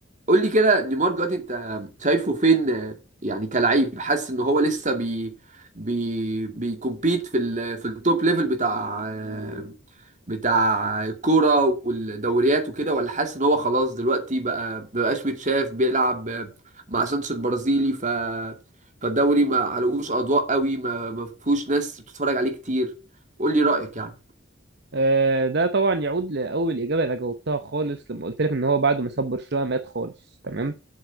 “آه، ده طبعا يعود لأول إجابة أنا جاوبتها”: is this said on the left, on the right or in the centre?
Right